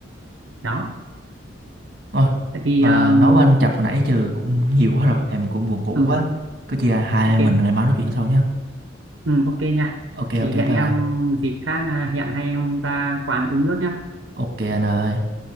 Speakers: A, on the right; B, on the right.
A: đó
B: Ôi,
A: Vậy thì
B: mà
A: um,
B: nói với anh Chập hồi nãy trừ cũng <laughs> nhiều quá rồi, em cũng buồn ngủ
A: ừ,
B: quá. Có chi hai anh
A: ok
B: em mình ngày mai nói chuyện sau nhé.
A: ừ, ok nha
B: Ok
A: thì
B: ok bye
A: hẹn
B: bye.
A: em dịp khác à, hẹn hai em ra quán uống nước nhá
B: Ok anh ơi.